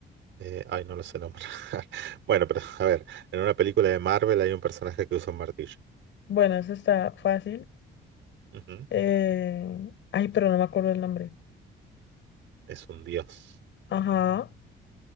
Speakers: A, on the right; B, on the left.
A: eh, ay, no lo sé nombrar. <laughs> Bueno, pero a ver, en una película de Marvel hay un personaje que usa un martillo.
B: Bueno, eso está fácil.
A: Ujú,
B: Eh, Ay, pero no me acuerdo el nombre.
A: Es un dios.
B: Ajá.